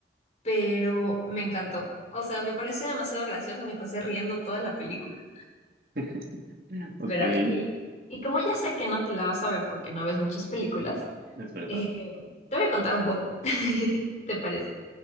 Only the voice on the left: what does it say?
pero me encantó. O sea, me pareció demasiado gracioso, me pasé riendo toda la película,
verás.
Y, y como ya sé que no te la vas a ver porque no ves muchas películas,
eh, te voy a contar un poco. <laughs> ¿Te parece?